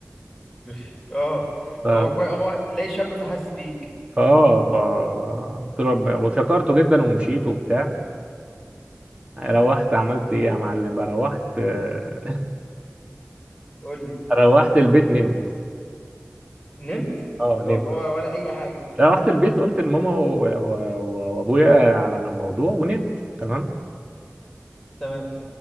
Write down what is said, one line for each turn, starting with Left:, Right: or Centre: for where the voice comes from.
Centre: <laughs> اه
Right: ف
Centre: هو كويس هو تلاقي شاب فحاسس بيك
Right: فاه ف قلت له ربنا- وشكرته جدا ومشيت وبتاع روحت عملت ايه يا معلم بقى روحت <laughs> آه،
Centre: قول لي
Right: روحت البيت نمت
Centre: نمت
Right: اه
Centre: لا
Right: نمت
Centre: هو ولا اي حاجه
Right: روحت البيت قلت لماما و- و- وابويا على الموضوع ونمت تمام
Centre: تمام